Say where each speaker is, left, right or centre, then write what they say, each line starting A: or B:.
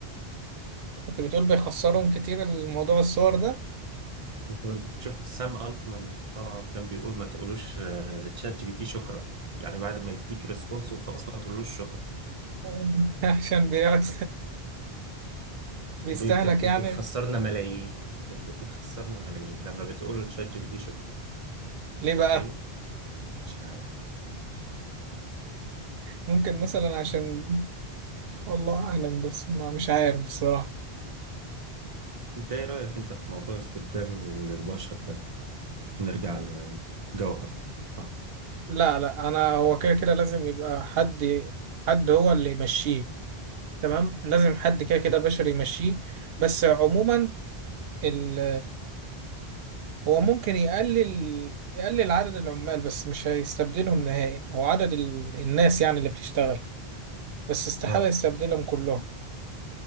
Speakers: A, on the right (about 70°); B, on the right (about 40°).
A: كنت بتقول بيخسرهم كتير الموضوع الصور ده
B: انت شفت سام التمان طلع وكان بيقول ما تقولوش آه، لتشات جي بي تي شكرا يعني بعد ما يديك ريسبونس وخلاص ما تقولوش شكرا
A: <laughs> عشان بيقعد بيستهلك
B: بي- كان بي-
A: يعني
B: بيخسرنا ملايين كان بي- بيخسرنا ملايين لما بتقولوا لتشات جي بي تي شكرا انت
A: ليه
B: متخيل
A: بقى
B: مش عارف
A: ممكن مثلا عشان والله اعلم بس ما مش عارف بصراحة
B: انت ايه رأيك انت في موضوع استبداله للبشر ده نرجع لجوهر اه
A: لا لا انا هو كده كده لازم يبقى حد حد هو اللي يمشيه تمام لازم حد كده كده بشري يمشيه بس عموما ال هو ممكن يقلل يقلل عدد العمال بس مش هيستبدلهم نهائي او عدد ال... الناس يعني اللي بتشتغل بس استحالة
B: اه
A: يستبدلهم كلهم